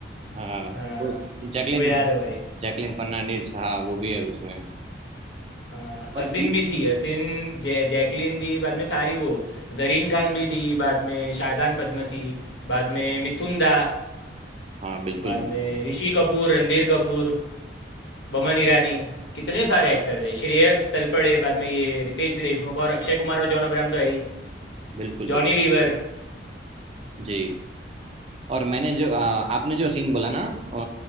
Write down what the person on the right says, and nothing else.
हाँ
वो जैकलिन
जैकलिन फर्नांडिस हाँ वो भी है उसमें
और
ये-
हाँ बिल्कुल
बिल्कुल
बिल्कुल
बिल्कुल
जी और मैंने जो आ, आपने जो सीन बोला ना आ,